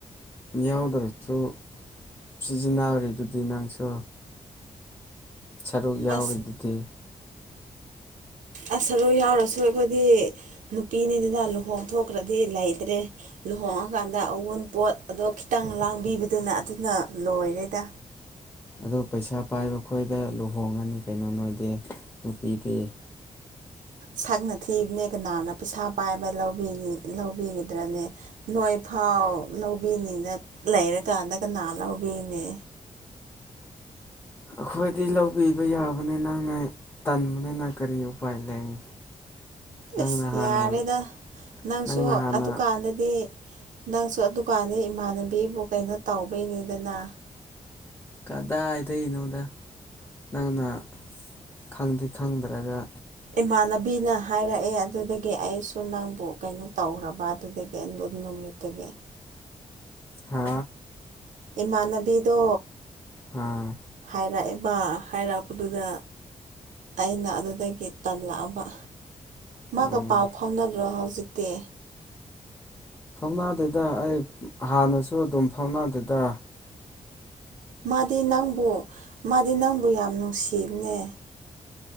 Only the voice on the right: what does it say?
ꯑꯁ ꯑꯁ ꯁꯔꯨ ꯌꯥꯎꯔꯁꯨ ꯑꯩꯈꯣꯏꯗꯤ ꯅꯨꯄꯤꯅꯤꯗꯨꯅ ꯂꯨꯍꯣꯡ ꯊꯣꯛꯈ꯭ꯔꯗꯤ ꯂꯩꯇ꯭ꯔꯦ ꯂꯨꯍꯣꯡꯉꯀꯥꯟꯗ ꯑꯋꯣꯟꯄꯣꯠ ꯑꯗꯣ ꯈꯤꯇꯪ ꯂꯥꯡꯕꯤꯕꯗꯨꯅ ꯑꯗꯨꯅ ꯂꯣꯏꯔꯦꯗ
ꯁꯛꯅ ꯊꯤꯕꯅꯦꯒ ꯅꯥꯟꯅ ꯄꯩꯁꯥ ꯄꯥꯏꯕꯧꯕ ꯂꯧꯕꯤꯒꯗ꯭ꯔꯅꯦ ꯅꯣꯏ ꯐꯥꯎ ꯂꯧꯕꯤꯅꯤꯅ ꯂꯩꯔ ꯇ ꯑꯗꯒ ꯅꯅ ꯎꯕꯦꯅꯦ
ꯑꯦꯁ
ꯌꯥꯔꯦꯗ ꯅꯪꯁꯨ
ꯑꯗꯨꯀꯥꯟꯗꯗꯤ ꯅꯪꯁꯨ ꯑꯗꯨꯀꯥꯟꯒꯤ ꯏꯃꯥꯟꯅꯕꯤꯕꯨ ꯀꯩꯅꯣ ꯇꯧꯕꯩꯅꯤꯗꯅ
ꯏꯃꯥꯟꯅꯕꯤꯅ ꯍꯥꯏꯔꯛꯑꯦ ꯑꯗꯨꯗꯒꯤ ꯑꯩꯁꯨ ꯅꯪꯕꯨ ꯀꯩꯅꯣ ꯇꯧꯕ ꯑꯗꯨꯗꯒꯤ ꯅꯨꯇꯒꯤꯦ
ꯏꯃꯥꯟꯅꯕꯤꯗꯣ
ꯍꯥꯏꯔꯛꯑꯦꯕ ꯍꯥꯏꯔꯛꯄꯗꯨꯗ ꯑꯩꯅ ꯑꯗꯨꯗꯒꯤ ꯇꯜꯂꯛꯑꯕ ꯃꯥꯒ
ꯄꯥꯎ ꯐꯥꯎꯅꯗ꯭ꯔꯣ ꯍꯧꯖꯤꯛꯇꯤ
ꯃꯥꯗꯤ ꯅꯪꯕꯨ ꯃꯥꯗꯤ ꯅꯪꯕꯨ ꯌꯥꯝ ꯅꯨꯡꯁꯤꯕꯅꯦ